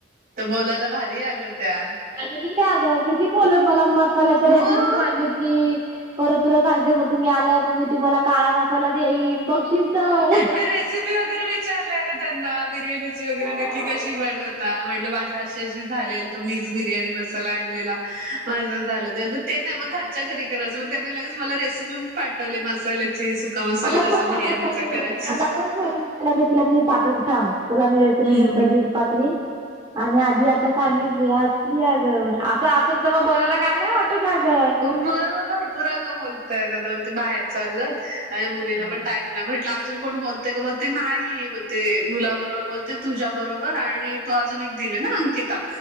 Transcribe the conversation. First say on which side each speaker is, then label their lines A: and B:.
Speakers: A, on the right (about 45°); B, on the right (about 25°).
A: तर बोलायला भारी हाय ग त्या.
B: आग किती आगाव? किती बोलत मला मसाल्याच्या
A: मग
B: रेसिपी सांगितली परत तुला सांगते मग तुम्ही आल्या मग मी तुम्हाला काळा मसाला देईन बघशील तर
A: मी रेसिपी वगैरे विचारल्या आग त्यांना बिर्याणीची वगैरे
B: हा.
A: नक्की कशी बनवता? म्हटलं माझ्या आशेशी झालेल त मिक्स बिर्याणी मसाला आणलेला. माझं झालं ते तर ते नाही मग घरच्या घरी करायचं, मग त्याने लगेच मला रेसिपी पण पाठवली मसाल्याची सुख का, मसाला
B: मला
A: कसा
B: पण मला
A: बिर्याणीचा
B: बोलले
A: करायचा?
B: मला पण तुला मी पाठवतो थांब, तुला मी रेसिपी
A: हम्म.
B: नंतर लिहिन. पातेली आणि आधी आता सांगितली हासली आग. जात असेल तर मग बोलायला काय नाही वाटत अगं.
A: दोन मग भरपूर अगं बोल तात झय दोन ते बाहेर चाललत आणि मुलीं
B: हम्म
A: पण टाईम. नाही म्हटलं अजून कोण बोलते का बोलते नाही, बोलते मुला बरोबर बोलते तुझ्या बरोबर आणि दा तो अजून एक दिले ना अंकिता.